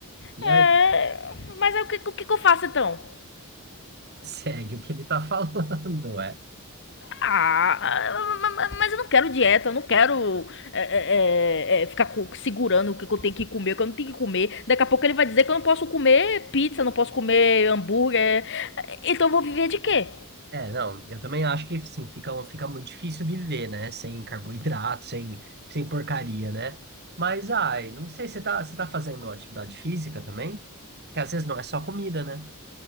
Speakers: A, on the right; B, on the left.
A: E
B: É,
A: aí, <laughs>
B: mas é o que, o que que eu faço então?
A: segue o que ele tá falando, é.
B: Ah, mas eu não quero dieta, eu não quero é, é, é, é, ficar segurando o que eu tenho que comer, o que eu não tenho que comer. Daqui a pouco ele vai dizer que eu não posso comer pizza, não posso comer hambúrguer. Então eu vou viver de quê?
A: É, não, eu também acho que sim, fica, fica muito difícil viver, né? Sem carboidrato, sem, sem porcaria, né? Mas ai, não sei, você tá, você tá fazendo atividade física também? Porque às vezes não é só comida, né?